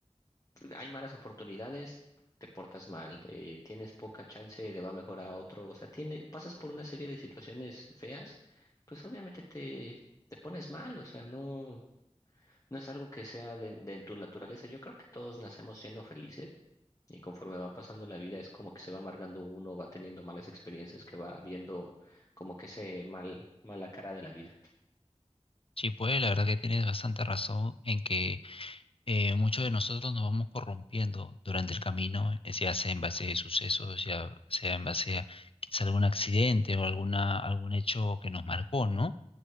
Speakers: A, on the left; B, on the left.
A: hay malas oportunidades, te portas mal, eh, tienes poca chance, le va mejor a otro, o sea, tiene, pasas por una serie de situaciones feas, pues obviamente te, te pones mal, o sea, no, no es algo que sea de, de tu naturaleza. Yo creo que todos nacemos siendo felices y conforme va pasando la vida es como que se va amargando uno, va teniendo malas experiencias, que va viendo como que ese mal, mala cara de la vida.
B: Sí, puede, la verdad que tienes bastante razón en que eh, muchos de nosotros nos vamos corrompiendo durante el camino, eh, ya sea en base a sucesos, ya sea en base a quizá algún accidente o alguna, algún hecho que nos marcó, ¿no?